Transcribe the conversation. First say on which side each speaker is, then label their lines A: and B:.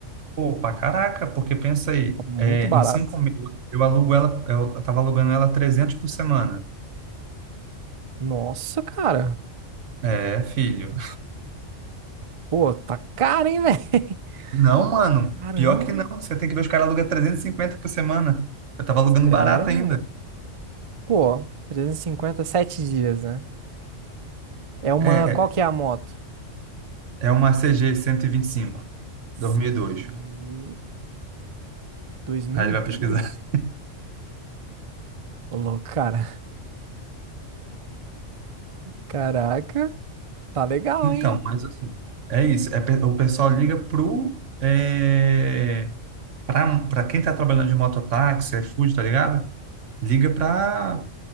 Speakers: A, on the right (about 70°); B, on the right (about 50°).
A: Pô, pra caraca, porque pensa aí,
B: Tá muito
A: é, em
B: barato.
A: cinco mil, eu alugo ela, eu tava alugando ela 300 por semana.
B: Nossa, cara.
A: É, filho.
B: Pô, tá caro, hein, velho? <laughs>
A: Não, mano,
B: Caramba,
A: pior que não, você tem que ver os caras alugam 350 por semana. Eu tava alugando
B: sério?
A: barato ainda.
B: Pô, 350 7 dias, né? É uma.
A: É,
B: Qual que é a moto?
A: é uma CG 125,
B: Se-
A: dois. mil e dois.
B: 2002?
A: Aí ele vai pesquisar. <laughs>
B: Ô, louco, cara. Caraca, tá legal,
A: Então,
B: hein?
A: mas assim, é isso, é, pe- o pessoal liga pro, é, pra, pra quem tá trabalhando de mototáxi, iFood, tá ligado? Liga pra